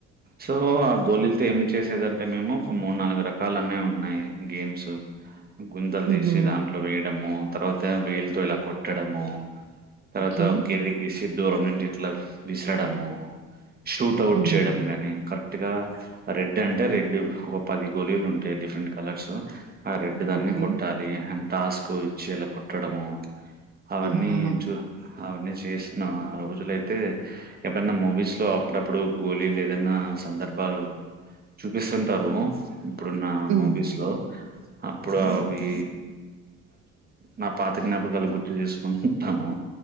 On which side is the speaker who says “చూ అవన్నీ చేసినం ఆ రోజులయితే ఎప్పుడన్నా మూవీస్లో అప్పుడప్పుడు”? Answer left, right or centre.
Right